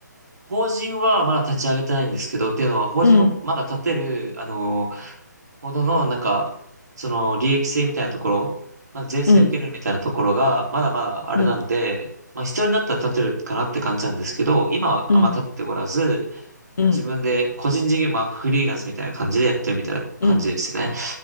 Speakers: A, on the right; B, on the left.
A: 法人はまだ立ち上げてないんですけど、っていうのは、法人をまだ立てる、
B: うん、
A: あの、ほどの、なんか、その、利益性みたいなところ、まだ税制受けるみたいなところが、
B: うん、
A: まだまだあれなんで、
B: うん、
A: まあ必要になったら建てるかなって感じなんですけど、今はあんま建っておらず、
B: うん、うん、
A: まあ、自分で個人事業、まあフリーランスみたいな感じでやってるみたいな感じですね。
B: うん。